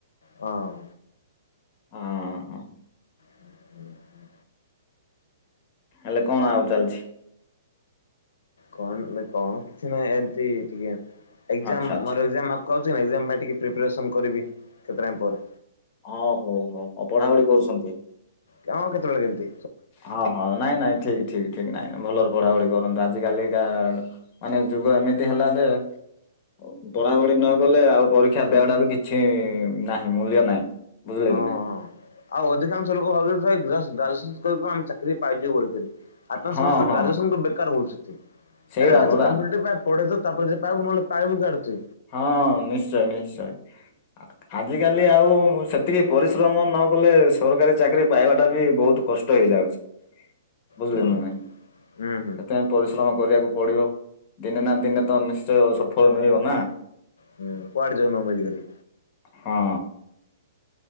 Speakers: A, on the left (about 80°); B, on the left (about 25°).
A: ହଁ।
B: ହଁ।
A: ହୁଁ ହୁଁ।
B: ହେଲେ କଣ ଆଉ ଚାଲିଛି।
A: କଣ କଣ କିଛି ନାହିଁ ଏମତି ଟିକେ ଏକଜାମ୍
B: ଆଚ୍ଛା ଆଚ୍ଛା।
A: ମୋର ଏକ ଜାମ୍ ଆପ କୋହୁଚି ନାଇଁ ଏଗଜାମ୍ ପାଇଁ ଟିକେ ପ୍ରିପାରେସନ୍ କରିବି। କେତେ ଟାଇମ ପରେ।
B: ଓହୋ ହ ହ ଆଉ ପଢାପଢି କରୁଛନ୍ତି।
A: କାମ କେତେବେଳେ କେମତି?
B: ଅ ହ ହଁ ନାଇଁ ନାଇଁ ଠିକ ଠିକ ଠିକ ନାଇଁ। ଭଲରେ ପଢା ପଢି କରନ୍ତୁ ଆଜିକାଲିକା ମାନେ ଯୁଗ ଏମିତି ହେଲାଯେ ଉତ୍ତରା ଗୋଟେ ନ କଲେ ଆଉ ପରି କ୍ଷା ବେୟଡ ଆଉ ବି କିଛି ନାହିଁ ମୂଲ୍ୟ ନାହିଁ ବୁଝିଲେ
A: ହଁ
B: କି ନାଇଁ।
A: ହଁ ଆଉ ଅଧିକାଂଶ ଲୋକ ଭାବୁଚନ୍ତି <unintelligible> ଚାକିରି ପାଇଯିବୁ। <unintelligible> ଆପଣ
B: ହଁ
A: ସମସ୍ତେ
B: ହଁ
A: ଗ୍ରାଜୁଏସନ ପାଇଁ ବେକାର ବୁଲୁଛନ୍ତି
B: ସେଇଟା
A: ଆରେ ଭାଇ
B: ପରା
A: ତୁ କମ୍ପିଟେଟିପ ପାଇଁ ପଢିଲୁ ତାପରେ ଯାଇ ନହେଲେ ପାଇବୁ କୁଆଡେ ତୁ।
B: ହଁ ନିଶ୍ଚୟେ ନିଶ୍ଚୟେ ଆ-ଆଜିକାଲି ଆଉ ସେତିକି ପରିଶ୍ରମ ନ କଲେ ସରକାରୀ ଚାକିରି ପାଇବାଟା ବି ବୋହୁତ କଷ୍ଟ ହେଇଯାଉଛି। ବୁଝିଲୁ
A: ହୁଁ
B: ନାୁ ନାଇଁ
A: ହୁଁ
B: ସେଥିପାଇଁ ପରିଶ୍ରମ କରିବାକୁ ପଢିବ ଦିନେ ନା ଦିନେ ତ ନିଶ୍ଚୟ ସଫଳ ମିଳିବ ନା।
A: ହୁଁ କୁଆଡେ ଯିବ <unintelligible> କରି?
B: ହଁ।